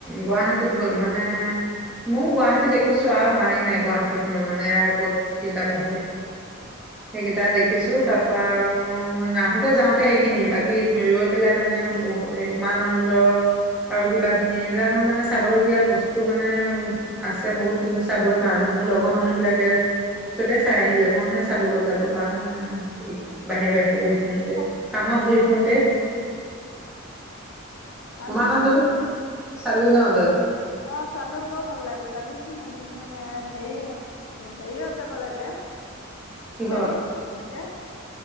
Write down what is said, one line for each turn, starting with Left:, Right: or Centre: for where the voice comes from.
Centre: গুৱাহাতীত মানে মোৰ গুৱাহাটীত একো চোৱা হোৱাই নাই গুৱাহাটীখনত মানে এয়াৰপৰ্ট কেইটাৰ বাহিৰে, সেইকেইটা দেখিছো তাৰ পৰা আৰু নাহত তে যাওঁতে সেইখিনিয়ে বাকী ৰৈ পেলাই মানে বহু উমানন্দ আৰু কিবা খিনি এইবিলাক মানে চাবলগীয়া বস্তু মানে আছে বহুত কিন্তু চাবই পৰা নাই মোৰ লগৰ মানুহ বিলাকে চবেই চাই আহিলে মইহে চাব গৈ যাব পৰা নাই আৰু। বাহিৰে বাহিৰে ঘূৰি
Left: অ,
Centre: কামত ঘূৰি ফুৰোতে,
Left: আমি
Centre: উমানন্দটো
Left: মাছ
Centre: চালি ন তই।
Left: অঁ চালো বৰ ভাল লাগে যাবিচোন এদিন। মানে হেৰি হেৰিয়াত যাব লাগে
Centre: কিহত
Left: হেৰিত